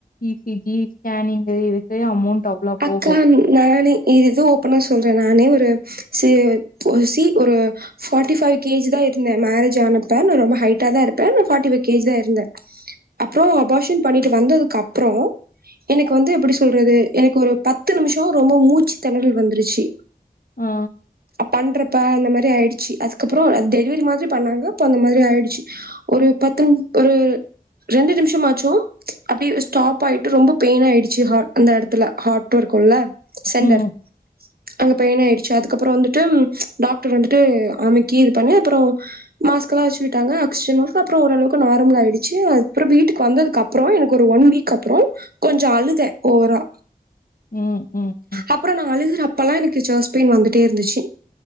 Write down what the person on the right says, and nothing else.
அக்கா நானே இது இது ஓப்பனா சொல்றே நானே ஒரு சே ஒரு சி ஒரு ஃபாட்டி ஃபைவ் கேஜிதா இருந்த மேரேஜ் ஆனப்ப நா ரொம்ப ஹைட்டாதா இருப்ப நா ஃபாட்டி ஃபைவ் கேஜிதா இருந்த அப்றோ அபாஷன் பண்ணிட்டு வந்ததுக்கு அப்பறோ எனக்கு வந்து எப்டி சொல்றது எனக்கு ஒரு பத்து நிமிஷோ ரொம்ப மூச்சு தெணறல் வந்துருச்சு
பண்றப்ப அந்த மாரி ஆயிடுச்சு அதுக்கப்பறோ அது டெலிவரி மாதிரி பண்ணாங்க அப்ப அந்த மாதிரி ஆயிடுச்சு ஒரு பத்து ஒரு ரெண்டு நிமிஷமாச்சு அப்டே ஸ்டாப் ஆயிட்டு ரொம்ப பெயின் ஆயிடுச்சு ஹாட் அந்த எடத் த்துல ஹார்ட்டு இருக்குல்ல சென்தர்
அங்க பெயின் ஆயிடுச்சு அதுக்கப்பறோ வந்துட்டு டாக்டர் வந்துட்டு அமிக்கி இது பண்ணி அப்பறோ மாஸ்க்கு எல்லா வச்சி விட்டாங்க அக்சிஜன்லா அப்பறோ ஓரளவுக்கு நார்மல் ஆயிடுச்சி அதுக்கப்பறோ வீட்டுக்கு வந்ததுக் அப்பறோ எனக்கு ஒரு ஒன் வீக் அப்பறோ கொஞ்சோ அழுத ஓவரா
அப்பறோ நா அழுது அப்பல்லா எனக்கு ஜெஸ் பெயின் வந்துட்டே இருந்துச்சி